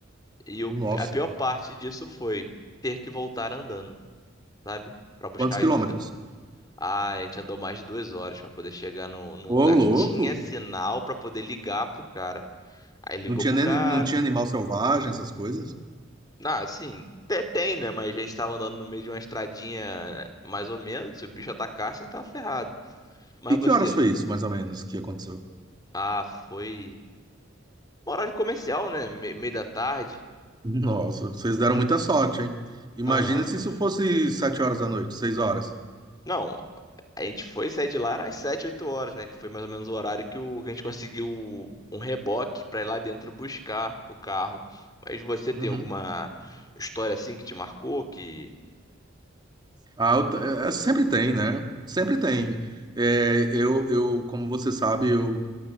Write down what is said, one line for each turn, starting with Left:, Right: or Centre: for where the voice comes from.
Left: E o-
Right: Nossa.
Left: a pior parte disso foi ter que voltar andando, sabe? Para buscar
Right: Quantos
Left: ajuda.
Right: quilômetros?
Left: Ah, a gente andou mais de duas horas pra poder chegar no, num
Right: Ô,
Left: lugar
Right: louco!
Left: que tinha sinal pra poder ligar pro cara. Aí ligou
Right: Não tinha
Left: pro
Right: nem,
Left: cara.
Right: não tinha animal selvagem, essas coisas?
Left: Ah, assim, até tem, né? Mas a gente tava andando no meio de uma estradinha mais ou menos. Se o bicho atacasse, a gente tava ferrado. Mas
Right: E que
Left: você.
Right: horas foi isso, mais ou menos, que aconteceu?
Left: Ah, foi. Horário comercial, né? Me- meio da tarde.
Right: Nossa, vocês deram muita sorte, hein? Imagina
Left: Aham.
Right: se isso fosse sete horas da noite, seis horas.
Left: Não. A gente foi sair de lá às 7 8 horas, né? Que foi mais ou menos o horário que, o, que a gente conseguiu um reboque pra ir lá dentro buscar o carro. Mas você tem
Right: Uhum.
Left: alguma história assim que te marcou? Que.
Right: Ah, eu t- é, é, sempre tem, né? Sempre tem. É, eu, eu, como você sabe, eu